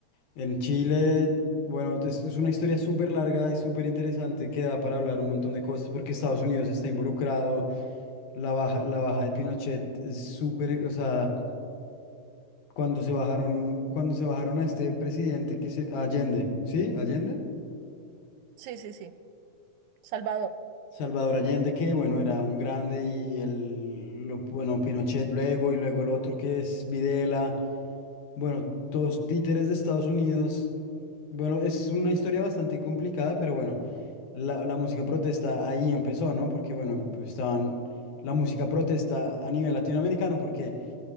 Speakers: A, on the left; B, on the right.
A: en Chile. Bueno, es, es una historia súper larga y súper interesante que da para hablar un montón de cosas porque Estados Unidos está involucrado. La baja, la baja de Pinochet es súper, o sea, cuando se bajaron, cuando se bajaron a este presidente que se, a Allende, ¿sí? Allende.
B: sí, sí, sí. Salvador,
A: Salvador Allende, que bueno, era un grande y el, lo- bueno, Pinochet luego y luego el otro que es Videla, bueno, todos títeres de Estados Unidos. Bueno, es una historia bastante complicada, pero bueno, la, la música protesta ahí empezó, ¿no? Porque bueno, estaban la música protesta a nivel latinoamericano porque